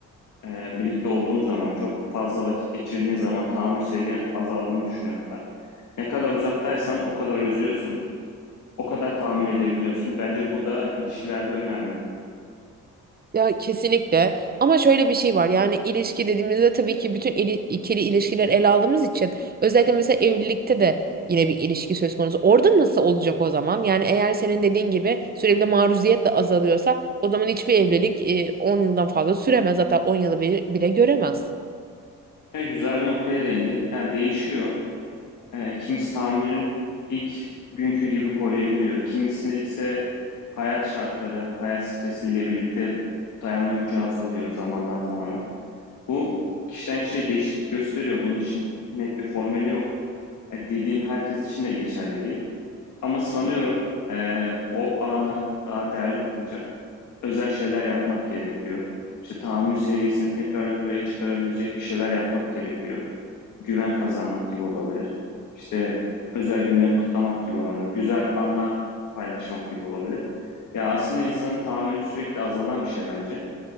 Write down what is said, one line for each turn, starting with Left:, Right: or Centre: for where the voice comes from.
Left: Eee, birlikte olduğun zaman, çok fazla vakit geçirdiğin zaman tahammül seviyen azaldığını düşünüyorum ben. Ne kadar uzaktaysan o kadar özlüyorsun, o kadar tahammül edebiliyorsun. Bence bu da ilişkilerde önemli.
Right: Ya kesinlikle. Ama şöyle bir şey var. Yani ilişki dediğimizde tabii ki bütün ili- ikili ilişkiler ele aldığımız için özellikle mesela evlilikte de yine bir ilişki söz konusu. Orada nasıl olacak o zaman? Yani eğer senin dediğin gibi sürekli maruziyet de azalıyorsa o zaman hiçbir evlilik e, 10 yıldan fazla süremez. Hatta 10 yılı bile, bile göremez.
Left: E, güzel bir noktaya değindin. Yani değişiyor. E, kimisi tahammülün ilk günkü gibi koruyabiliyor. Kimisi ise hayat şartları, hayat stresiyle birlikte dayanma gücü azalıyor zamandan zamana. Bu kişiden kişiye değişiklik gösteriyor. Bunun için net bir formülü yok. E, dediğim herkes için de geçerli değil. Ama sanıyorum e, o anı daha değerli kılacak özel şeyler yapmak gerekiyor. İşte tahammül seviyesini tekrar yukarıya çıkarabilecek bir şeyler yapmak gerekiyor. Güven kazanmak gibi olabilir. İşte özel günleri kutlamak gibi olabilir. Güzel anlar paylaşmak gibi olabilir. Ya aslında insanın tahammülü sürekli azalan bir şey bence.